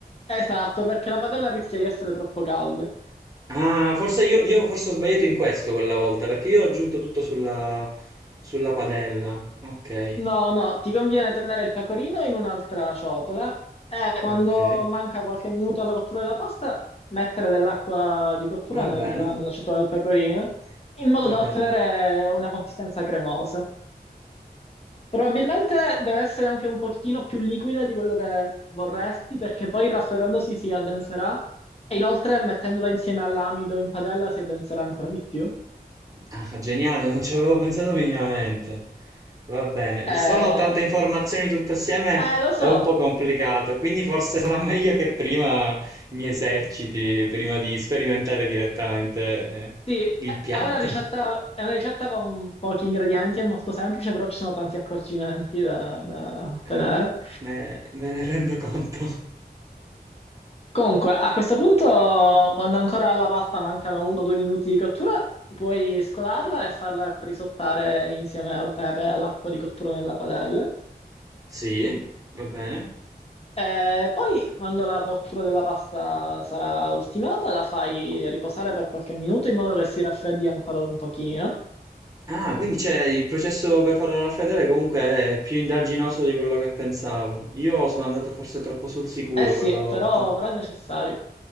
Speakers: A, on the left (about 40°); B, on the right (about 20°).
A: Esatto, perché la padella rischia di essere troppo calda.
B: Ah, forse io, io forse ho sbagliato in questo quella volta, perché io ho aggiunto tutto sulla, sulla padella. Ok,
A: No, no, ti conviene tenere il pecorino in un'altra ciotola e quando
B: ok.
A: manca qualche minuto alla cottura della pasta, mettere dell'acqua di cottura
B: Va
A: nel-
B: bene,
A: nella ciotola del pecorino in modo
B: va
A: da
B: bene.
A: ottenere una consistenza cremosa. Probabilmente deve essere anche un pochino più liquida di quello che vorresti perché poi raffreddandosi si addenserà e inoltre mettendola insieme all'amido in padella si addenserà ancora di più.
B: Ah, geniale, non ci avevo pensato minimamente. Va bene,
A: Eh,
B: sono tante informazioni tutte assieme,
A: eh, lo so,
B: è un po' complicato, quindi forse sarà meglio che prima mi eserciti, prima di sperimentare direttamente eh,
A: sì, è
B: il piatto.
A: è una ricetta, è una ricetta con pochi ingredienti, è molto semplice, però ci sono tanti accorgimenti da, da ottenere.
B: Eh, me, me ne rendo conto.
A: Comunque, a questo punto, quando ancora alla pasta mancano uno o due minuti di cottura, puoi scolarla e farla risottare insieme al pepe e all'acqua di cottura nella padella.
B: Sì, va bene.
A: Eh, poi quando la cottura della pasta sarà ultimata, la fai riposare per qualche minuto in modo che si raffreddi ancora un pochino.
B: Ah, quindi c'è il processo per farlo raffreddare comunque è più indaginoso di quello che pensavo. Io sono andato forse troppo sul sicuro
A: Eh sì,
B: quella volta.
A: però, però è necessario.